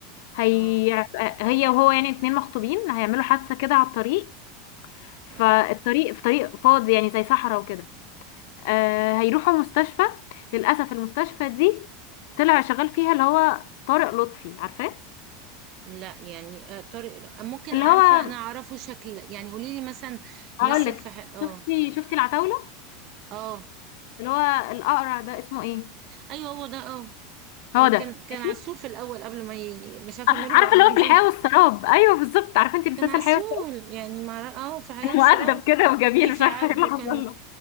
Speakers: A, on the left; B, on the right.
A: هي
B: اه
A: هي وهو يعني اتنين مخطوبين هيعملوا حادثه كده على الطريق
B: اه
A: فالطريق في طريق فاضي يعني زي صحراء وكده أه، هيروحوا مستشفى للاسف المستشفى دي طلع شغال فيها اللي هو طارق لطفي عارفاه
B: لا يعني آه، طارق ممكن
A: اللي
B: عارفه
A: هو
B: انا اعرفه شكل يعني قولي لي مثلا مثل
A: هقول لك
B: في ح- اه
A: شفتي شفتي العتاوله
B: اه
A: اللي هو الاقرع ده اسمه ايه
B: ايوه هو ده اه
A: هو
B: اه
A: ده
B: كان كان
A: ماشي
B: عسول في الاول قبل ما ي... مش عارفه
A: آه، عارفه
B: ماله بقى
A: اللي
B: منظرهم
A: هو في الحياه والسراب ايوه بالظبط عارفه انت مسلسل
B: كان عسول
A: الحياه والسراب
B: يعني مع اه في حياه
A: كان
B: وسراب
A: مؤدب كده وجميل
B: في في
A: مش عارفه
B: عبده
A: ايه اللي حصل
B: كان
A: له